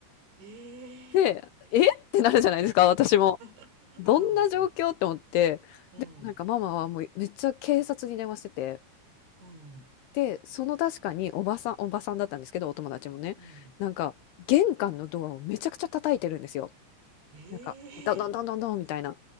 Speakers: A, on the right; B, on the left.
A: ええー。
B: で、えってなるじゃないですか、私も。
A: <laughs>
B: どんな状況って思って、
A: うん。うん。
B: でもなんかママはもうめっちゃ警察に電話してて、
A: うん。
B: で、その確かにおばさん、おばさんだったんですけど、お友達もね、
A: うん。
B: なんか玄関のドアをめちゃくちゃ叩いてるんですよ。
A: ええー。
B: なんか、どんどんどんどんどんみたいな。